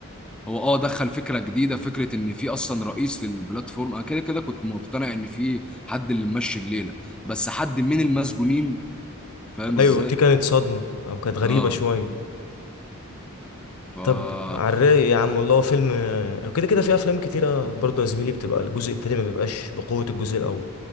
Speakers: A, in the centre; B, on the left.
A: هو اه دخل فكرة جديدة فكرة ان في اصلا رئيس للبلاتفورم انا كده كده كنت مقتنع ان في حد اللي ممشي الليلة بس حد من المسجونين فاهم ازاي
B: أيوة دي كانت صدمة أو كانت غريبة
A: اه
B: شوية
A: ف
B: طب على الرايق يا عم والله هو فيلم كده كده في أفلام كتيرة برضه يا زميلي بتبقى الجزء التاني ما بيبقاش بقوة الجزء الأول